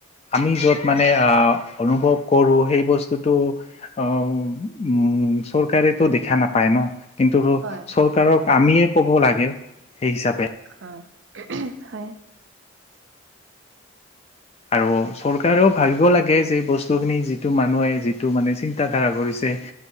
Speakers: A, on the left (about 30°); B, on the right (about 65°).
A: আমি যত মানে আহ অনুভৱ কৰো সেই বস্তুটো অ উম। চৰকাৰেটো দেখা নাপায় ন? কিন্তু
B: হয়
A: চৰকাৰক আমিয়ে ক'ব লাগে সেই হিচাপে।
B: অ হয়।
A: আৰু চৰকাৰেও ভাবিব লাগে যে বস্তু খিনি যিটো মানুহে যিটো মানে চিন্তা ধাৰা কৰিছে